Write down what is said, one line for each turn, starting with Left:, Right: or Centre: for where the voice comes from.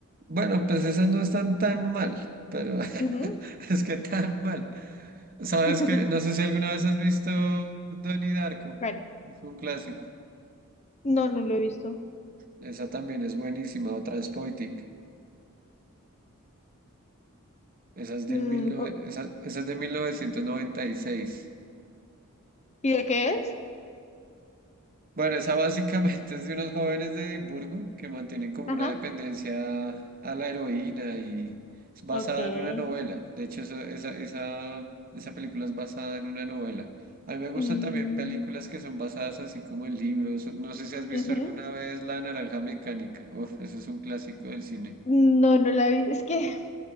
Right: Bueno, pues esas no están tan mal, pero
Left: Ujú.
Right: <laughs> es que tan mal. Sabes
Left: <laughs>
Right: que, no sé si alguna vez has visto Donnie Darko,
Left: ¿Cuál?
Right: es un clásico.
Left: No, no lo he visto.
Right: Esa también es buenísima, o Transporting. Esa es del
Left: Mm,
Right: mil nove-
Left: po-
Right: esa, esa es de mil novecientos noventa y seis
Left: ¿y de qué es?
Right: Bueno, esa básicamente <laughs> es de unos jóvenes de Edimburgo que mantienen como
Left: Ajá,
Right: una dependencia a la heroína y es basada
Left: ok.
Right: en una novela. De hecho, esa, esa, esa, esa película es basada en una novela. A mí me gustan
Left: Mm,
Right: también películas que son basadas así como en libros. No sé si has visto
Left: ujú.
Right: alguna vez La Naranja Mecánica. Uf, eso es un clásico del cine.
Left: No, no la vi. Es que,